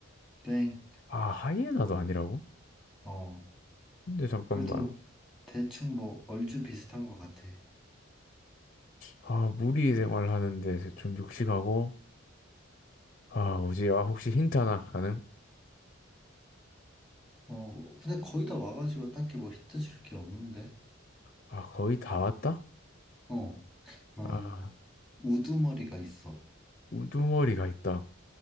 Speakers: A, in the centre; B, on the left.
A: 땡,
B: 아, 하이에나도 아니라고?
A: 어.
B: 근데 잠깐만.
A: 그래도 대충 뭐, 얼추 비슷한 것 같아.
B: 아, 무리 생활을 하는데 좀 육식하고, 아, 뭐지? 아, 혹시 힌트 하나 가능?
A: 어, 근데 거의 다 와가지고 딱히 뭐 힌트 줄 게 없는데.
B: 아, 거의 다 왔다?
A: 어, 그런
B: 아,
A: 우두머리가 있어.
B: 우두머리가 있다.